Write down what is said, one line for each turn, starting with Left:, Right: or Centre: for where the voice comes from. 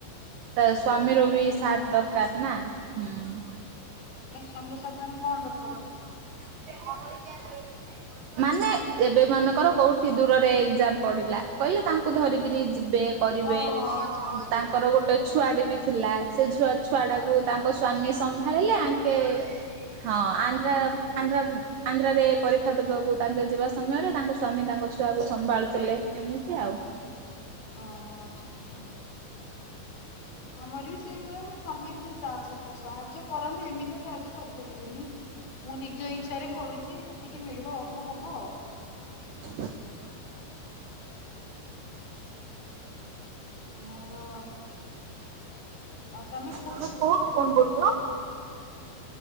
Right: ତ ସ୍ଵାମୀର ବି
Left: ଓହୋ
Right: ସାଥ ଦରକାର ନା। ହୁଁ।
Left: କାଇ ସ୍ଵାମୀର ସାଥ୍ ମାନେ କଣ ଦର
Right: <inaudible> ମାନେ ଏବେ ମାନଙ୍କର କୋଉଠି ଦୂରରେ ଏକ୍ଜାମ ପଡ଼ିଲା କହିଲେ ତାଙ୍କୁ ଧରିକିରି ଯିବେ। କରିବେ
Left: ଓହୋ ଆଚ୍ଛା ବୁଝିଗଲି
Right: ତାଙ୍କର
Left: ବୁଝିଗଲି
Right: ଗୋଟେ ଛୁଆଟେ ବି ଥିଲା ସେ ଛୁଆ ଛୁଆ
Left: ହଁ
Right: ଟାକୁ
Left: ଆଚ୍ଛା
Right: ତାଙ୍କ ସ୍ଵାମୀ ସମ୍ଭାଳିଲେ ଆଙ୍କେ ହଁ ଆନ୍ ନ୍ଧ୍ରା ଆନ୍ଧ୍ରା ଆନ୍ଧ୍ରାରେ ପରୀକ୍ଷା ଦବାକୁ ତାଙ୍କେ ଯିବା ସମୟରେ ତାଙ୍କ ସ୍ଵାମୀ ତାଙ୍କ ଛୁଆକୁ ସମ୍ଭାଳୁଥିଲେ ଏମିତି ଆଉ।
Left: ଓ ହୋ ଆଚ୍ଛା ଆଚ୍ଛା। ଆମର ବି ସେଇଭଳିଆ ମୋ ସ୍ଵାମୀ ଯିଏ ସେ <unintelligible> ସାହାଯ୍ୟ କରନ୍ତି ଏମିତିଆ ସାହାଯ୍ୟ କରିପାରିବେନି। ମୁଁ ନିଜ ଇଚ୍ଛାରେ କରୁଛି ଯେତିକି ମିଳିବ ହବହବ ଆଉ।
Right: ହ
Left: ହ ମୋର ଆଉ ତମେ।
Right: ତମେ କୋଉଠୁ ଫୋନ କରୁଛ।